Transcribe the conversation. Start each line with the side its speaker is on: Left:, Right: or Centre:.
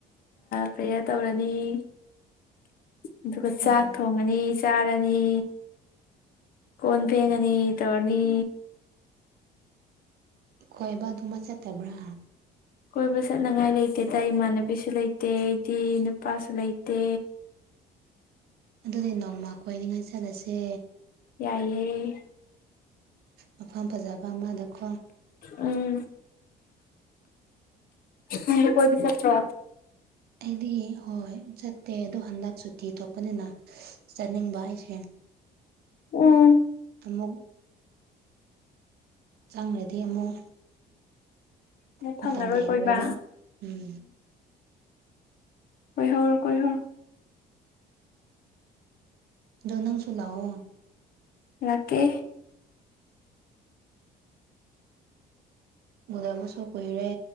Left: ꯄ꯭ꯔꯦꯌꯔ ꯇꯧꯔꯅꯤ
Right: <inaudible>
Left: ꯑꯗꯨꯒ ꯆꯥꯛ
Right: ꯎꯝ
Left: ꯊꯣꯡꯉꯅꯤ ꯆꯥꯔꯅꯤ ꯀꯣꯟ ꯐꯦꯡꯉꯅꯤ ꯇꯧꯔꯅꯤ
Right: ꯈꯣꯏꯕꯗꯨꯃꯕꯥ ꯆꯠꯇꯕ꯭ꯔꯥ
Left: ꯀꯣꯏꯕ ꯆꯠꯅꯤꯡꯉꯥꯏ ꯂꯩꯇꯦꯗ ꯏꯃꯥꯟꯅꯕꯤꯁꯨ ꯂꯩꯇꯦꯗꯤ ꯅꯨꯄꯥꯁꯨ ꯂꯩꯇꯦ
Right: ꯑꯗꯨꯗꯤ ꯅꯣꯡꯃꯥ ꯀꯣꯏꯅꯤꯡꯉꯥꯏ ꯆꯠꯂꯁꯦ
Left: ꯌꯥꯏꯌꯦ
Right: ꯃꯐꯝ ꯐꯖꯕ ꯑꯃꯗꯀꯣ
Left: ꯎꯝ ꯅꯪꯗꯤ ꯀꯣꯏꯕꯤ ꯆꯠꯇ꯭ꯔꯣ
Right: ꯑꯩꯗꯤ ꯍꯣꯏ ꯆꯠꯇꯦ ꯑꯗꯣ ꯍꯟꯗꯛ ꯁꯨꯇꯤ ꯊꯣꯛꯄꯅꯤꯅ ꯆꯠꯅꯤꯡꯕ ꯑꯩꯁꯦ
Left: ꯎꯝ
Right: ꯑꯃꯨꯛ ꯆꯪꯒꯔꯥꯗꯤ ꯑꯃꯨꯛ
Left: ꯅꯪ
Right: ꯃꯇꯝ
Left: ꯐꯪꯉꯔꯣꯏ
Right: ꯂꯩꯔꯔꯣꯏꯕ
Left: ꯀꯣꯏꯕ
Right: ꯎꯝ
Left: ꯀꯣꯏꯍꯧꯔꯣ ꯀꯣꯏꯍꯧꯔꯣ
Right: ꯗꯣ ꯅꯪꯁꯨꯨ ꯂꯑꯣ
Left: ꯂꯥꯛꯀꯦ
Right: ꯎꯗꯕꯁꯨ ꯀꯨꯏꯔꯦ